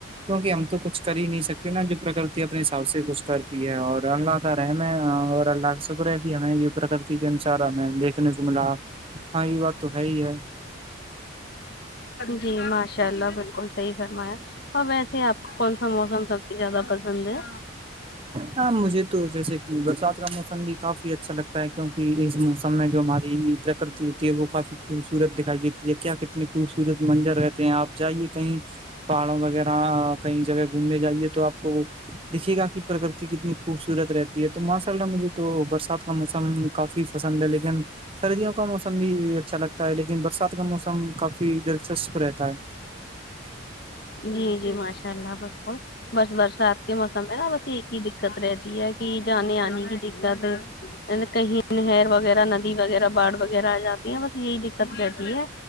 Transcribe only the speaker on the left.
جی ماشاء اللہ بلکل صحیح فرمایا اوراں ویسے ہی آپ کو کون سا موسم سب سے زیادہ پسند ہے
جی جی ماشاء اللہ بلکل بس برسات کے موسم میں نا بس ایک ہی دقت رہتی ہے کہ جانے آنے کی دکت کہیں نہر وغیرہ ندی وغیرہ باڑھ وغیرہ آ جاتی ہے بس یہی دکت رہتی ہے